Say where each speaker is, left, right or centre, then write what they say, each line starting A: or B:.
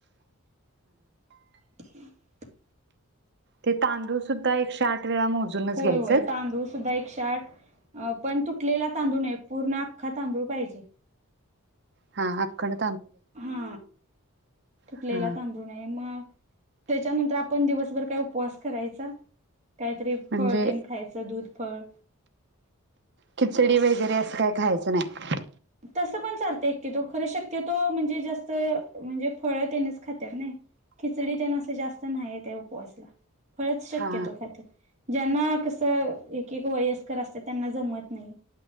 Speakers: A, on the right; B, on the right.
A: <inaudible>
B: ते तांदूळ सुद्धा एकशे आठ वेळा मोजूनच
A: होय
B: घ्यायचं.
A: होय तांदूळ सुद्धा एकशे त्यात अ पण तुटलेला तांदूळ नाही पूर्ण आख्खा तांदूळ पाहिजे.
B: हा अखंड
A: हा. तुटलेला
B: हा
A: तांदूळ नये मग त्याच्यानंतर आपण दिवसभर काय उपवास करायचा. काहीतरी
B: म्हणजे
A: फळ केन खायचं दूध. फळ.
B: खिचडी वगैरे असं काही खायचं नाही.
A: तसपण चालतेय की शक्यतोय म्हणजे जास्तवेळ म्हणजे फळा त्यानेच खात्यात खिचडी ते नसते जास्त नाही ते उपवास ला फळच शक्यतोय
B: हा
A: खात्यात ज्यांना कस एक एक वयस्कर असतात त्यांना जमत नाही